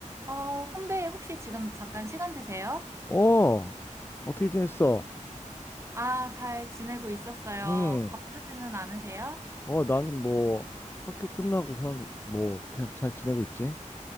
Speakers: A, on the right (about 20°); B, on the left (about 15°).
A: 어, 선배, 혹시 지금 잠깐 시간 되세요?
B: 어, 어떻게 지냈어?
A: 아, 잘 지내고 있었어요.
B: 음,
A: 바쁘지는 않으세요?
B: 어, 나는 뭐, 학교 끝나고선 뭐, 그냥 잘 지내고 있지?